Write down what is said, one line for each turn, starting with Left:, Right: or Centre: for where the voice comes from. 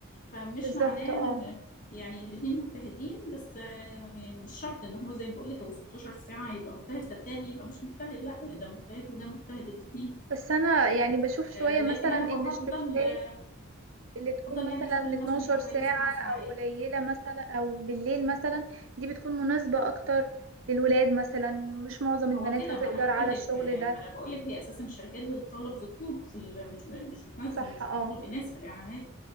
Left: فمش
Right: بالظبط
Left: معناه
Right: اه
Left: إن- يعني الاتنين مجتهدين بس آه، يعني مش شرط ان هو زي ما بقول لك ابو 16 ساعة يبقى مجتهد فالتاني يبقى مش مجتهد لا ده مجتهد وده مجتهد الاتنين
Right: بس انا يعني بشوف
Left: آه،
Right: شوية
Left: لكن
Right: مثلا
Left: انا
Right: ان
Left: بفضل
Right: الشفتات
Left: آه،
Right: اللي
Left: بفضل
Right: تكون مثلا
Left: يعني شغل
Right: 12
Left: مثلا يبقى
Right: ساعة
Left: حوالي سبع ساعات
Right: أو قليلة مثلا أو بالليل مثلا دي بتكون مناسبة أكتر للولاد مثلا مش معظم البنات
Left: هو كده
Right: هتقدر
Left: ما انا بقول
Right: على
Left: لك
Right: الشغل
Left: ما
Right: ده
Left: انا بقول لك هي اساسا الشركات بتطلب ذكور في ال- مش مش بتنزل
Right: صح
Left: مش
Right: اه
Left: بتطلب اناث في الاعلانات